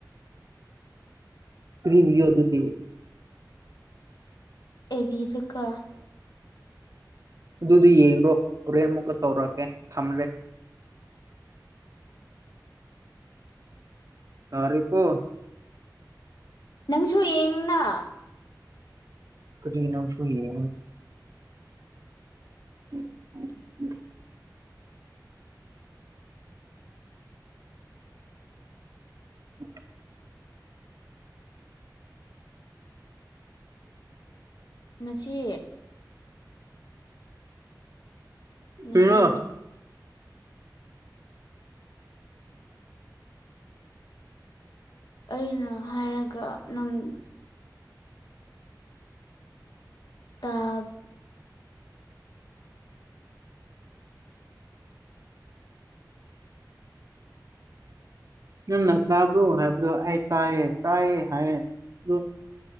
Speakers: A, on the right; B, on the left.
A: ꯐ꯭ꯔꯤꯗꯤꯑꯣ ꯑꯗꯨꯗꯤ
B: ꯑꯦꯕꯤꯗꯨꯀ
A: ꯑꯗꯨꯗꯨ ꯌꯦꯡꯣ ꯍꯣꯔꯦꯟ ꯑꯃꯨꯛꯀ ꯇꯧꯔꯛꯀꯦ ꯊꯝꯂꯦ ꯇꯥꯔꯦꯀꯣ
B: ꯅꯪꯁꯨ ꯌꯦꯡꯅ
A: ꯀꯔꯤꯅꯝꯁꯨꯨꯏꯌꯦ ꯎ <unintelligible> <inaudible>
B: ꯉꯁꯤ ꯉꯁꯤ
A: ꯄꯤꯔ
B: ꯑꯩꯅ ꯍꯥꯏꯔꯒ ꯅꯪ ꯇꯥꯞ
A: ꯅꯪ ꯅ ꯇꯥꯕ꯭ꯔꯣ ꯍꯥꯏꯕ꯭ꯔꯣ ꯑꯩ ꯇꯥꯏꯌꯦ ꯇꯥꯏꯌꯦ ꯍꯥꯏꯌꯦ ꯑꯗꯨ